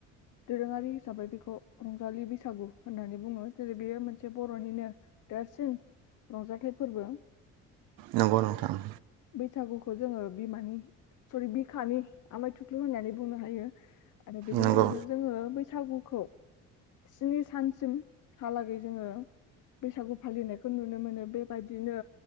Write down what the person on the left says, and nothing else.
दोरोङारि हिसाबै बेखौ रंजालि बैसागु होननानै बुङो जेरै बेयो मोनसे बर'निनो देरसिन रंजाथाइ फोरबो।
बैसागुखौ जोङो बिमानि सरि बिखानि आमाय थुख्लु होननानै बुंनो हायो। आरो बेजों
लोगोसे जोङो बैस बैसागुखौ स्नि सानसिम हालागै जोङो बैसागु फालिनायखौ नुनो मोनो बेबायदिनो